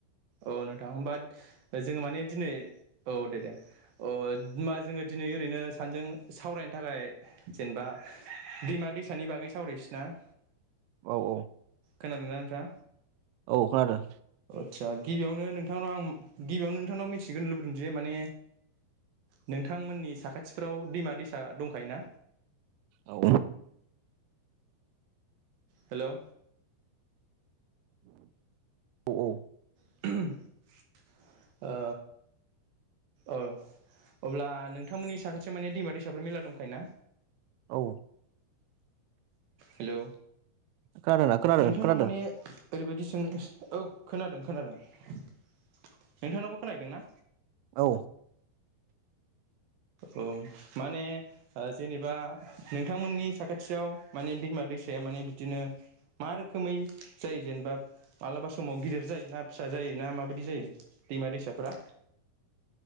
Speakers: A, on the right; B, on the right.
A: औ नोंथां होमबा जोङो माने दिनै औ दे दे अ होमबा जोङो दिनै ओरैनो सानजों सावरायनो थाखाय जेनेबा दैमा दैसानि बागै सावरायसैना <inaudible>
B: औ औ
A: खोनादोंना नोंथां
B: औ खोनादों
A: आदसा गिबियावनो नोंथांनाव आं गिबियावनो नोंथांनाव मिथिग्रोनो लुबैदों जे माने नोंथांमोननि साखाथिफोराव दैमा दैसा दंखायो ना
B: औ।
A: हेलौ।
B: औ औ।
A: <unintelligible> ओ ओ अब्ला नोंथांमोननि साखाथियाव माने दैमा दैसाफोर मेरला दंखायो ना?
B: औ।
A: हेलौ।
B: खानादोना खानादो
A: नोंथांनाव
B: खोनादो।
A: माने ओरैबायदि सों औ खोनादों खोनादों, नोंथांनावबो खोनाहैदों ना?
B: औ।
A: औ माने जेनेबा नोंथांमोननि साखाथियाव माने दैमा दैसाया माने बिदिनो मा रोखोमै जायो जेनेबा मालाबा समाव गिदिर जायो ना फिसा जायो ना माबादि जायो दैमा दैसाफोरा?